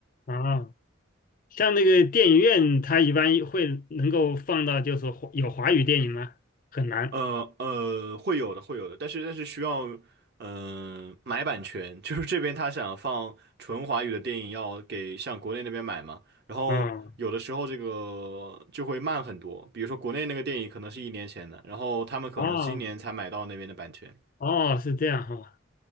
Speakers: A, on the left; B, on the right.
A: 啊，像那个电影院，它一般会能够放到就是华有华语电影吗？很难。
B: 呃呃，会有的，会有的，但是但是需要，嗯、买版权，<laughs> 就是这边他想放纯华语的电影，要给向国内那边买嘛，然后有的时候这个就会慢很多，
A: 啊
B: 比如说国内那个电影可能是一年前的，然后他们可能今年才买到那边的版权。
A: 啊哦，是这样哈，